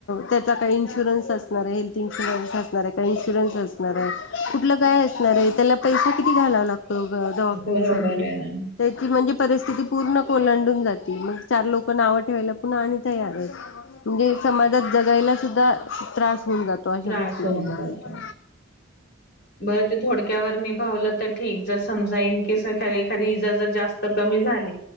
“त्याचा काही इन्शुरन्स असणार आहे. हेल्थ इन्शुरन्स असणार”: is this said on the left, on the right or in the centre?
Left